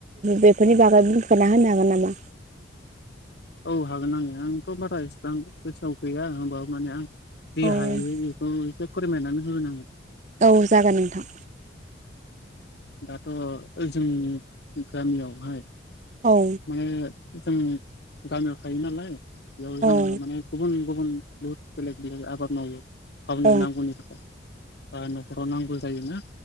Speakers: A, on the right; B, on the left.
A: बेफोरनि बागै बुंफोरना होनो हागोन नामा?
B: औ हागोन आङो आंथ' बारा इसेबां गोसोआव गैया होमबा माने आं जि
A: औ
B: हायो बेखौ एसे फोरमायनानै होगोन आङो।
A: औ जागोन नोंथां।
B: दाथ' जोंनि गामियावहाय
A: औ
B: माने जों गामियाव थायो नालाय बेयाव जोङो
A: औ
B: माने गुबुन गुबुन बहुत बेलेग बिबागनि आबाद मावो गावनि
A: औ
B: नांगौनि थाखाय। बा न'खराव नांगौ जायोना